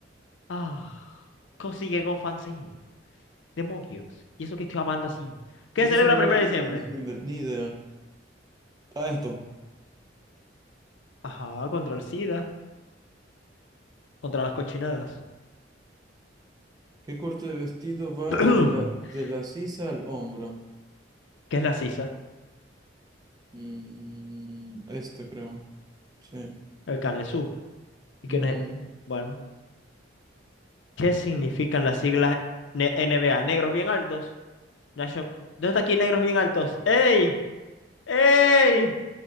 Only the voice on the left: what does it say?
Ah, cosingego francés. Demonios. ¿Y eso que estoy hablando así? ¿Qué
se
celebra
el 1
de
diciembre?
Ajá, contra el SIDA, contra las cochinadas.
<clears throat>
¿Qué es la sisa?
El canesú. ¿Y quién
es? Bueno. ¿Qué significan las siglas ne- NBA? Negros bien altos. Nation- ¿Dónde está aquí negros bien altos? ¡Ey! ¡Ey!